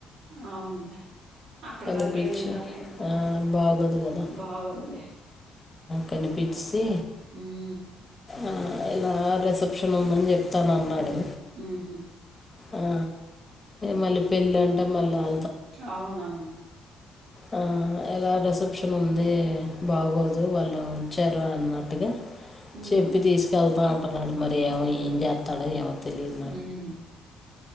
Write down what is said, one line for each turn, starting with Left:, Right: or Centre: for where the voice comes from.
Right: అవునులే అక్కడ
Left: కనిపించి
Right: వరకు వెళ్ళిన తర్త ఇంకా
Left: బాగోదు కదా
Right: బాగొదులే
Left: కనిపించి
Right: హ్మ్
Left: ఆ ఇలా రిసెప్షన్ ఉందని చెప్ ప్తానన్నాడు
Right: హ్మ్ హ్మ్
Left: ఆ మళ్ళీ పెళ్ళి అంటే మళ్ళీ ఆ
Right: అవునవును
Left: ఆ ఎలా రిసెప్షన్ ఉంది బాగోదు వాళ్ళు వచ్చారు అన్నట్టుగా
Right: ఉహు
Left: చెప్పి తీసుకెళ్ అంటున్నాడు మరి ఏమో ఏం చేస్తాడో ఏమో తెలియదు
Right: హ్మ్మ్